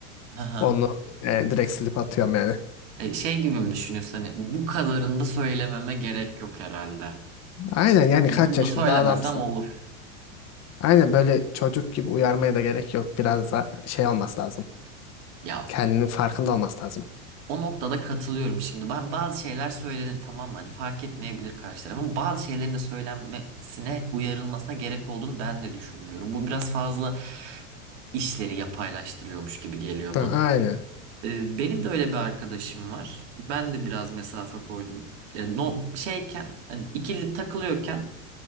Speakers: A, on the right (about 60°); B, on the left (about 40°).
A: Aha.
B: onu e, direkt silip atıyorum yani.
A: E, şey gibi mi düşünüyorsun hani bu kadarını da söylememe gerek yok herhalde.
B: Aynen yani
A: Bunu
B: kaç yaşında
A: da söylemesem
B: adamsın.
A: olur.
B: Aynen böyle çocuk gibi uyarmaya da gerek yok. Biraz da şey olması lazım.
A: Ya
B: Kendinin farkında olması lazım.
A: O noktada katılıyorum şimdi. Ben bazı şeyler söylenir tamam mı? Hani fark etmeyebilir karşı tarafın. Bazı şeylerin de söylenmesine, uyarılmasına gerek olduğunu ben de düşünmüyorum. Bu biraz fazla işleri yapaylaştırıyormuş gibi geliyor
B: Ha,
A: bana.
B: aynen.
A: Ee, benim de öyle bir arkadaşım var. Ben de biraz mesafe koydum. Yani no, şeyken, hani ikili takılıyorken